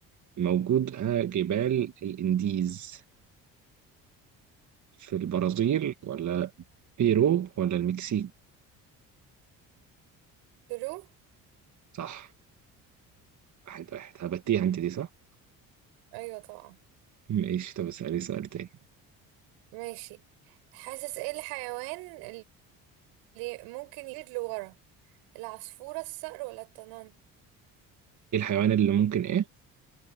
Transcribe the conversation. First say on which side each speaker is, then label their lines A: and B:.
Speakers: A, on the right (about 45°); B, on the right (about 85°).
A: موجود آه، جبال الانديز في البرازيل ولا بيرو ولا المكسيك
B: ترو
A: صح واحد واحد هبتيها انت دي صح
B: ايوه طبعا
A: ماشي طب اسألي سؤال تاني
B: ماشي تحاسس ايه الحيوان اللي ممكن يطير لورا العصفورة الصقر ولا الطنان
A: ايه الحيوان اللي ممكن ايه